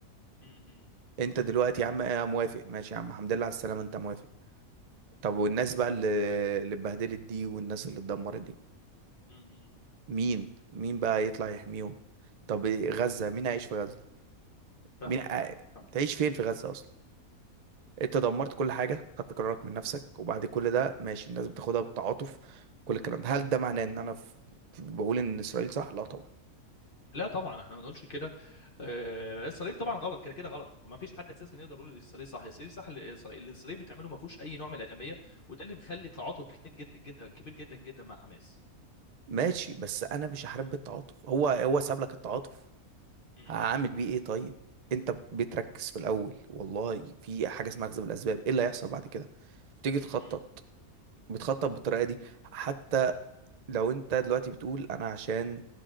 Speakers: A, on the left; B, on the right.
A: امم
B: انت دلوقتي يا عم آه، موافق ماشي يا عم الحمد لله على السلامه انت موافق طب والناس بقى
A: ال...
B: اللي اللي اتبهدلت دي والناس اللي اتدمرت دي
A: امم
B: مين مين بقى يطلع يحميهم طب غزة مين هيعيش في غزة
A: فاهمك
B: مين ع-
A: فاهمك فاهمك
B: تعيش فين في غزة اصلا انت دمرت كل حاجة خدت قرارك من نفسك وبعد كل ده ماشي الناس بتاخدها بالتعاطف وكل الكلام ده هل ده معناه ان انا في... بقول ان اسرائيل صح لا طبعا
A: لا طبعا احنا ما نقولش كده آه، اسرائيل طبعا غلط كده كده غلط وما فيش حد اساسا يقدر يقول اسرائيل صح اسرائيل صح اللي اسرائيل اللي اسرائيل بتعمله ما فيهوش اي نوع من الادميه وده اللي مخلي تعاطف كتير جدا جدا كبير جدا جدا مع حماس
B: ماشي بس انا مش هحارب بالتعاطف هو هو ساب لك التعاطف
A: امم
B: هعمل بيه ايه طيب انت بتركز في الاول والله في حاجة اسمها اخذ بالاسباب ايه اللي هيحصل بعد كده تيجي
A: امم
B: تخطط بتخطط بالطريقه دي حتى لو انت دلوقتي بتقول انا عشان